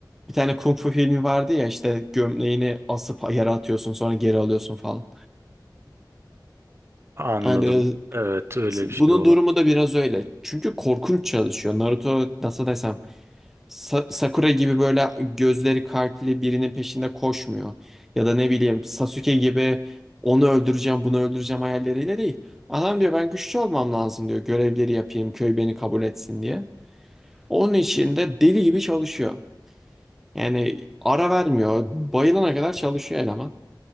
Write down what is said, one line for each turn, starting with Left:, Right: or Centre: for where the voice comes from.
Centre: Bir tane kung fu filmi vardı ya işte gömleğini asıp yere atıyorsun sonra geri alıyorsun falan.
Right: Anladım.
Centre: Hani
Right: Evet öyle
Centre: Bunun
Right: bir şey olabilir.
Centre: durumu da biraz öyle. Çünkü korkunç çalışıyor. Naruto nasıl desem Sa- Sakura gibi böyle gözleri kalpli birinin peşinde koşmuyor. Ya da ne bileyim Sasuke gibi onu öldüreceğim bunu öldüreceğim hayalleriyle değil. Adam diyor ben güçlü olmam lazım diyor. Görevleri yapayım köy beni kabul etsin diye. Onun için de deli gibi çalışıyor. Yani ara vermiyor. Bayılana kadar çalışıyor eleman.